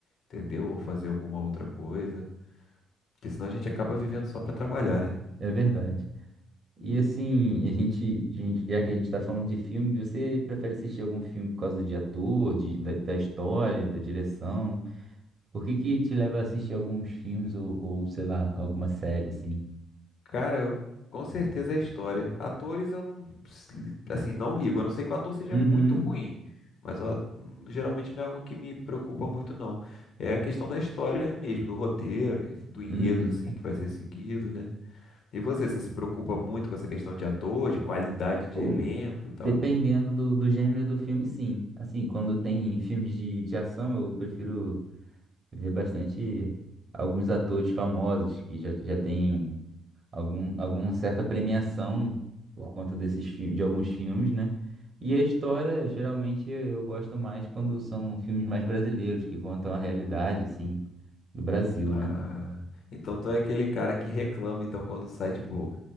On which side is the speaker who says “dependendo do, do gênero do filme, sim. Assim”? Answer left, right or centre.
Right